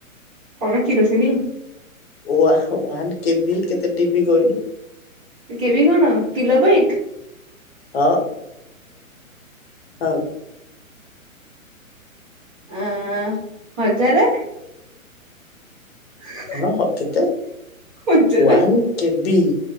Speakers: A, on the right; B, on the left.
A: କଣ କିରୋସିନି?
B: ୱା ୱାନ୍ କେବି କେତେ ଟିବି କହିଲୁ?
A: କେବି କଣ କିଲୋ ବାଇଟ?
B: ହଁ <unintelligible>
A: ଆଁ ହଜାରେ। <inaudible>
B: କଣ ହ କେତେ?
A: ହଜାରେ
B: ୱନ୍ କେବି